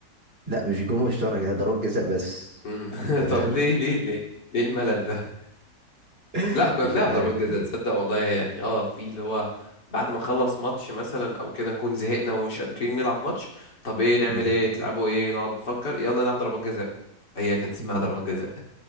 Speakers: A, on the right; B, on the left.
A: لا مش جون مشترك هي ضربات جزاء بس
B: مم.
A: يعني
B: <laughs>
A: انت فاهم
B: طب ليه ليه ليه ليه الملل ده
A: <laughs>
B: لا كنا
A: مش
B: بنلعب
A: عارف
B: ضربات
A: الحقيقة
B: جزاء تصدق والله يعني اه في اللي هو بعد ما نخلص ماتش مثلا او كده نكون زهقنا ومش قادرين نلعب ماتش طب ايه نعمل
A: مم.
B: ايه تلعبوا ايه نقعد نفكر يلا نلعب ضربات جزاء هي كانت اسمها
A: مم.
B: ضربات جزاء